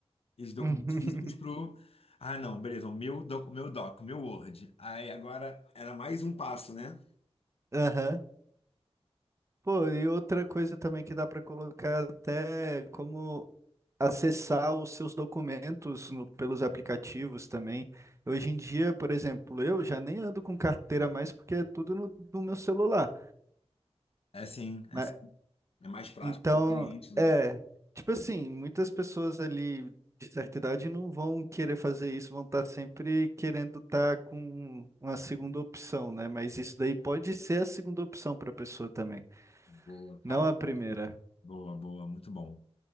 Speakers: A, on the left; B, on the right.
A: e dos documentos
B: <laughs>
A: físicos pro. Ah, não, beleza, o meu doc, o meu doc, o meu Word. Aí agora era mais um passo, né?
B: Aham. Pô, e outra coisa também que dá para colocar até como acessar os seus documentos no- pelos aplicativos também. Hoje em dia, por exemplo, eu já nem ando com carteira mais porque é tudo no, no meu celular.
A: É assim, é
B: Mas,
A: assim, é mais prático,
B: então,
A: conveniente, né?
B: é, tipo assim, muitas pessoas ali de certa idade não vão querer fazer isso, vão estar sempre querendo estar com uma segunda opção, né? Mas isso daí pode ser a segunda opção para a pessoa também,
A: Boa, cara.
B: não a primeira.
A: Boa, boa, muito bom.